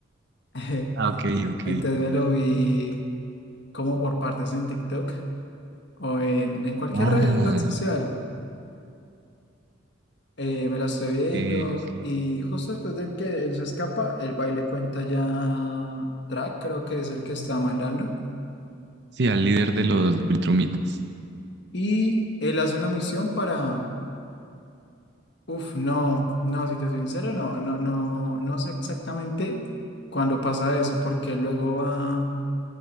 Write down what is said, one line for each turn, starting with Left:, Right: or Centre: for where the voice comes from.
Left: <laughs>
Right: Ah, ok, ok.
Left: Entonces me lo vi como por partes en TikTok. o en, en cualquier
Right: Ah,
Left: re- red social. eh, me la estoy
Right: ok,
Left: viendo
Right: ok.
Left: y justo después de que él se escapa, el baile cuenta ya a Track, creo que es el que está mandando.
Right: Sí, al líder de los Viltrumitas.
Left: Y él hace una misión para... Uf, no, no, si te soy sincero, no, no, no, no sé exactamente cuándo pasa eso, porque luego va